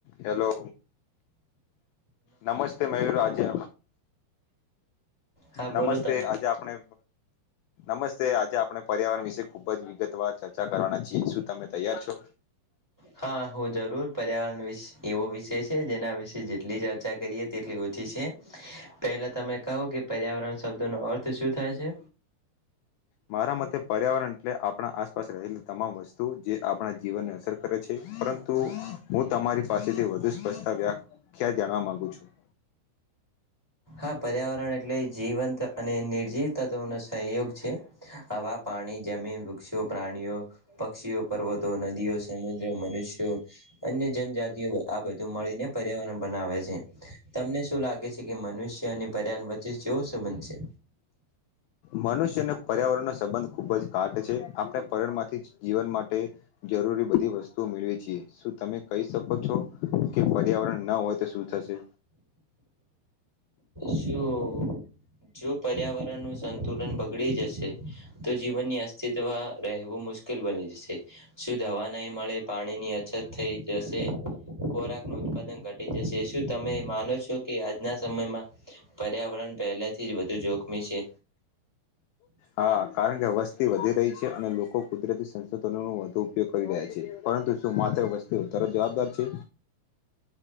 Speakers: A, on the left; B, in the centre.
A: Hello. નમસ્તે મયૂર રાજે
B: હા બોલો
A: નમસ્તે
B: તમે
A: આજે આપણે, નમસ્તે આજે આપણે પ પર્યાવરણ વિશે ખુબ જ વિગતવાર ચર્ચા કરવાના છીએ, શું તમે તૈયાર છો?
B: હા, હું જરૂર પર્યાવરણ વિશ એવો વિષય છે જેના વિશે જેટલી ચર્ચા કરીએ તેટલી ઓછી છે. પહેલા તમે કહો કે પર્યાવરણ શબ્દોનો અર્થ શું થાય છે?
A: મરા મતે પર્યાવરણ એટલે આપણા આસપાસ રહેલી તમામ વસ્તુ જે આપણા જીવનને અસર કરે છે, પરંતુ હું તમારી પાસેથી વધુ સ્પષ્ટતા વ્યાખ જાણવા માંગુ છું.
B: આ પર્યાવરણ એટલે જીવંત અને નિર્જીવ તત્વનો સહયોગ. છે. આવા પાણી, જમીન, વૃક્ષો, પ્રાણીઓ પક્ષીઓ, પર્વતો, નદીઓ, સમુદ્રો, મનુષ્યો, અન્ય જનજાતિ <unintelligible> આ બધું મળીને પર્યાવરણ બનાવે છે, તમને શું લાગે કે મનુષ્ય અને પર્યારણ વચ્ચે જેવો સંબંધ છે?
A: મનુષ્ય અને પર્યાવરણનો સંબંધ ખુબજ કાટ છે આપણે પરણ માંથી જીવન માટે જરૂરી બધી વસ્તુઓ મેળવી છેી શું તમે કહી શકો છો કે પ પર્યાવરણ ન હોય તો શું થશે
B: શું જો પર્યાવરણનું સંતુલન બગડી જશે તો જીવનની અસ્તિત્વ રહેવું મુશ્કેલ બની જશે શું દવા નહી મળે પાણી ની અછત થઈ જશે કોરા નું ઉત્પાદન ઘટી જશે શું તમે માનો છો કે આજના સમયમાં પર્યાવરણ પહેલાથી જ વ વધુ જોખમી છે
A: હા કારણ કે વસ્તી વધી રહી છે અને લોકો કુદરતી સંશોધનોનું વધુ ઉપયોગ કરી રહ્યા છે પરંતુ શું માત્ર વસ્તુઓ તરત જવાબદાર છે